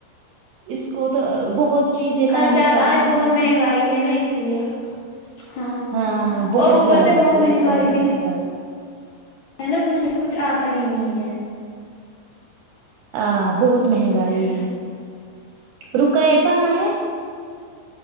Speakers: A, on the right; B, on the left.
A: اس کو تو بہت چیزیں
B: خرچات
A: لانی پڑتی
B: آج بہت
A: ہیں اس
B: مہنگائی
A: میں
B: ہے نا اسی لیے ہاں
A: ہاں بہت
B: اور اوپر
A: زیادہ
B: سے
A: بہت
B: مہنگائی
A: زیادہ
B: بھی
A: مہنگائی
B: ہے نا کچھ میں سے کچھ آتا ہی نہیں ہے
A: آ بہت مہنگائی
B: اس
A: ہے رکیہ کہاں ہے